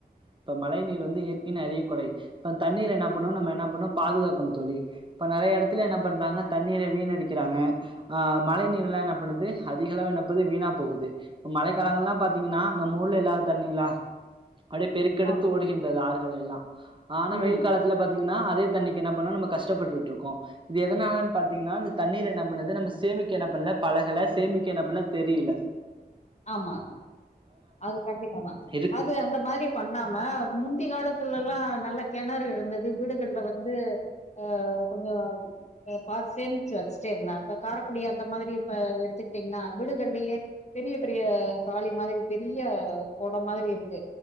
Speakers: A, on the right; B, on the left.
A: இப்ப மழை நீர் வந்து இயற்கையின் அரிய கொடை அப்றோ தண்ணீர் என்ன
B: ம்
A: பண்ணு நம்ம என்ன பண்ணு பாதுகாக்கணு தோழி இப்ப நெறய எடத்துல என்ன பண்றாங்க தண்ணீர வீணடிக்கிறாங்க ஆ மழை நீர்லா என்ன பண்ணுது அதிகளவு என்னப்பது வீணா போகுது மழை காலங்கள்லா பாத்தீங்கன்னா நம்மஊர்ல இல்லாத தண்ணீங்களா அப்டியே பெருக்கெடுத்து
B: ஆம்
A: ஓடுகின்றது ஆறுகள் எல்லா ஆனா
B: ம்
A: வெயில் காலத்துல பாத்தீங்கன்னா அதே தண்ணிக்கு என்ன பண்ணோ நம்ம கஷ்டப்பட்டுட்ருக்கோ இது எதனாலன் பாத்தீங்கன்னா அந்த தண்ணீர் என்ன பண்ணு து நம்ம சேமிக்க என்ன பண்ல பழகல சேமிக்க என்ன பண்ல தெரில்ல
B: ஆமா அது கண்டிப்பா தா
A: இருக்கு
B: அது அந்த மாரி பண்ணாம முந்தி காலத்துலல்லா நல்ல கெணறு உள்ளது வீடுகள்ல வந்து ஆ கொஞ்சோ ஆ பார் சேமிச்சு வச்சுட்டே இருந்தாங் இப்ப காரக்குடி அந்த மாத்ரி இப்ப எடுத்துக்கிட்டீங்ன்னா வீடுகள்லயே பெரிய பெரிய தாலி மாதிரி பெரிய பொடம் மாதிரி இருக்கு